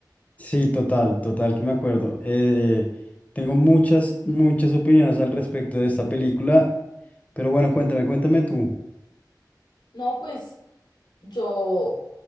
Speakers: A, on the left; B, on the left.
A: Sí, total, total, que me acuerdo. Eh, tengo muchas, muchas opiniones al respecto de esta película, pero bueno, cuéntame, cuéntame tú.
B: No, pues yo,